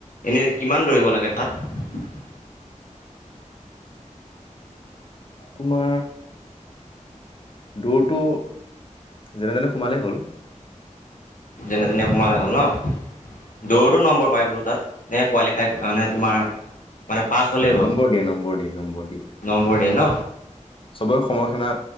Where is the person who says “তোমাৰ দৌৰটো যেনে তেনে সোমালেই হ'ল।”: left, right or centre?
Left